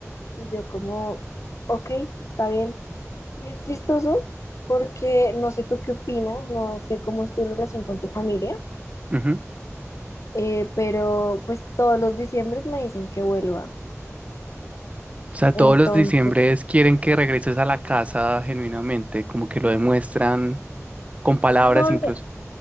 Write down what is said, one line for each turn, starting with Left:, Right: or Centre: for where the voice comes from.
Left: y yo como, ok, está bien. Y es chistoso porque no sé tú qué opinas, no sé cómo es tu relación con tu familia,
Right: ujú.
Left: eh, pero pues todos los diciembres me dicen que vuelva.
Right: O sea, todos
Left: Entonces,
Right: los diciembres quieren que regreses a la casa genuinamente, como que lo demuestran con palabras
Left: No,
Right: incluso.
Left: lo-